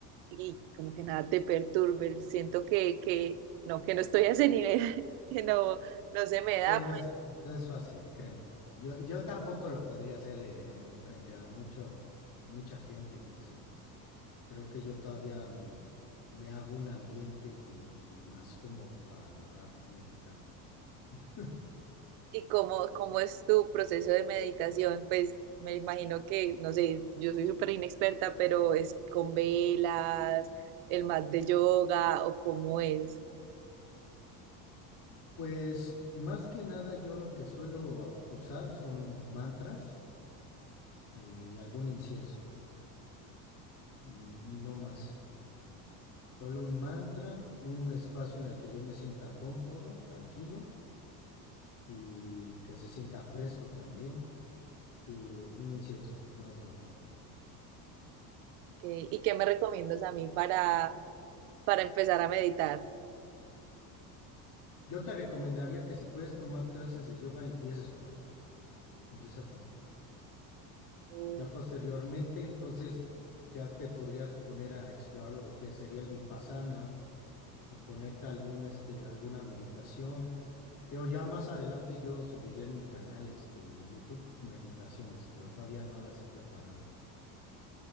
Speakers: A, on the right; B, on the left.
A: y como que nada te perturbe. Siento que, que no, que no estoy a ese nivel, <laughs> que no, no se me da
B: Sí, no es, no es fácil, créeme. Yo, yo tampoco lo podría hacer eh, en frente a mucho, mucha gente o así. Creo que yo todavía me, me hago un ambiente como que más cómodo para lograr meditar. <laughs>
A: ¿Y cómo, cómo es tu proceso de meditación? Pues me imagino que, no sé, yo soy súper inexperta, pero es con velas, el mat de yoga o cómo es.
B: Pues más que nada yo lo que suelo a- usar son mantras eh, y algún incienso, n- no más. Solo un mantra, un espacio en el que yo me sienta cómodo, tranquilo y que se sienta fresco también y un incienso, más nada.
A: ¿Qué- ¿Y qué me recomiendas a mí para, para empezar a meditar?
B: Yo te recomendaría que si puedes tomar clases de yoga, empieces por ahí. Empieza por ahí.
A: Mm,
B: Ya posteriormente, entonces ya te podrías poner a explorar lo que sería el vipassana o ponerte algún, este, alguna meditación. Digo, ya más adelante yo subiré en mi canal, este, de YouTube meditaciones, pero todavía no las he preparado.